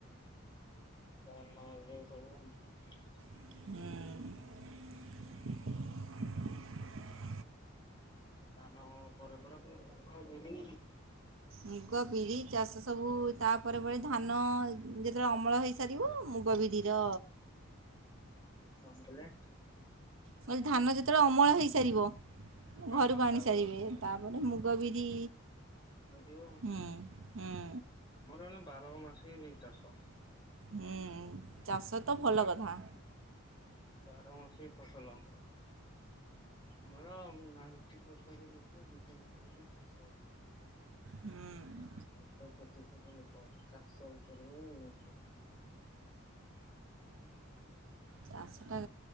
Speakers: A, on the left; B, on the right.
A: <unintelligible>
B: ହୁଁ। <inaudible>
A: ଧାନ ପରେ ପରେ ଫୁଣି ମୁଗ ବିରି
B: ମୁଗ ବିରି ଚାଷ ସବୁ ତାପରେ ପରେ ପରେ ଧାନ ଯେତେବେଳେ ଅମଳ ହେଇସାରିବ ମୁଗ ବିରି ର
A: କଣ କହିଲେ?
B: କହିଲେ ଧାନ ଯେତେବେଳେ ଅମଳ ହେଇସାରିବ
A: ହଁ
B: ଘରକୁ ଆଣି
A: ତାପରେ
B: ସାରିବେ
A: ସବୁ
B: ତାପରେ ମୁଗ ବିରି
A: ଲାଗିବ
B: ହୁଁ ହୁଁ।
A: ମାନେ ବାର ମାସି ଏଇ ଚାଷ
B: ହୁଁ। ଚାଷ ତ ଭଲ
A: ବା
B: କଥା
A: ବାର ମାସ ଫସଲ ଆମର ଆମର ନାଇଣ୍ଟି ପରସେଣ୍ଟ ଲୋକ ଡିପେଣ୍ଡ କରନ୍ତି ଚାଷ ଉପରେ
B: ହୁଁ
A: ହ ତ ପ୍ରତିଶତ ଲୋକ ଚାଶରେ ହିଁ
B: ଚାଷଟା